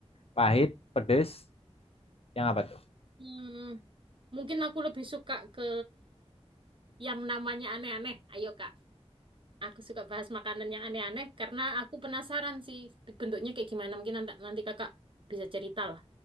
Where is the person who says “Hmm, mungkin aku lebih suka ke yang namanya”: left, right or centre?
Right